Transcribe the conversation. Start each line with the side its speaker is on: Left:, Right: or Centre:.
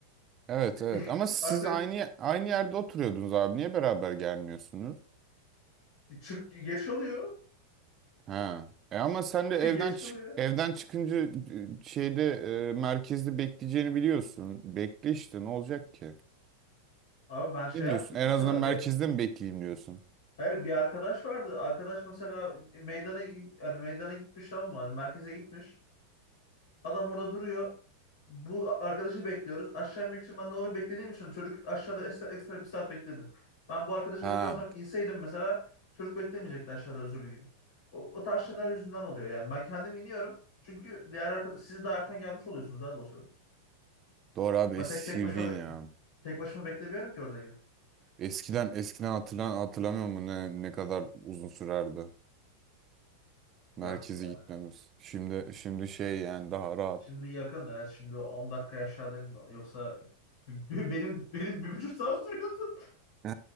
Right: Evet
Left: <laughs>
Right: evet ama siz
Left: Artık
Right: aynı aynı yerde oturuyordunuz abi. Niye beraber gelmiyorsunuz?
Left: çık geç kalıyor.
Right: Ha. E ama sen de
Left: <laughs>
Right: evden
Left: Geç
Right: çık
Left: kalıyor.
Right: evden çıkınca e, şeyde e, merkezde bekleyeceğini biliyorsun. Bekle işte ne olacak ki?
Left: Abi ben şey
Right: Ne diyorsun?
Left: yaptık
Right: En
Left: mesela
Right: azından merkezde
Left: bir
Right: mi bekleyeyim diyorsun?
Left: Hayır bir arkadaş vardı. Arkadaş mesela meydana hani meydana gitmiş tamam mı? Hani merkeze gitmiş. Adam orada duruyor. Bu arkadaşı bekliyoruz. Aşağı inmek için ben de onu beklediğim için çocuk aşağıda ekstra, ekstra bir saat bekledi. Ben bu arkadaşı
Right: Ha.
Left: bekliyorsam inseydim mesela çocuk beklemeyecekti aşağıda özürlü gibi. O, o tarz şeyler yüzünden oluyor yani. Ben kendim iniyorum. Çünkü diğer arkadaş, siz daha erken gelmiş oluyorsunuz abi o sırada.
Right: Doğru abi
Left: Ben
Right: eski
Left: tek tek
Right: sevdiğin
Left: başıma be-
Right: ya.
Left: tek başıma beklemiyorum ki orada gidip.
Right: Eskiden eskiden hatırlan hatırlamıyor musun ne ne kadar uzun sürerdi
Left: Yok
Right: merkeze
Left: ya.
Right: gitmemiz. Şimdi şimdi şey yani daha rahat.
Left: Şimdi yakın evet şimdi 10 dakika aşağıdayım yoksa be- benim benim bir buçuk saat sürüyordu. <laughs>
Right: <laughs> He,